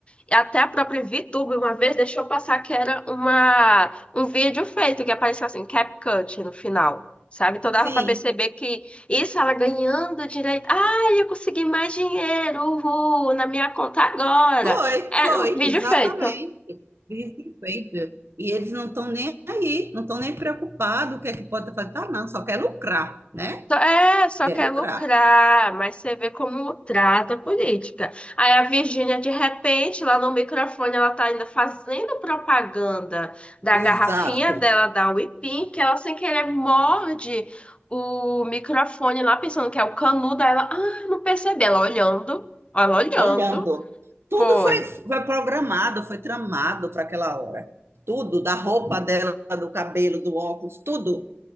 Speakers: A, on the left; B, on the right.
A: E até a própria VTube uma vez deixou passar que era uma, um vídeo feito, que apareceu assim, CapCut no final. Sabe? Então dava
B: sim.
A: pra perceber que isso ela ganhando direito. Ah, eu consegui mais dinheiro, uhul, na minha conta agora.
B: Foi,
A: Era
B: foi,
A: um vídeo
B: exatamente.
A: feito.
B: Vive feito. E eles não estão nem aí, não estão nem preocupados o que é que pode fazer. Tá, não, só quer lucrar, né?
A: Só- É, só
B: Quer
A: quer
B: lucrar.
A: lucrar, mas você vê como trata a política. Aí a Virgínia, de repente, lá no microfone, ela tá ainda fazendo propaganda da garrafinha
B: Exato.
A: dela, da Whippin, que ela sem querer morde o microfone lá, pensando que é o canudo. Aí ela, ah, não percebi. Ela olhando, ela olhando.
B: olhando. Tudo
A: Foi.
B: foi, foi programado, foi tramado para aquela hora. Tudo, da roupa dela, do cabelo, do óculos, tudo,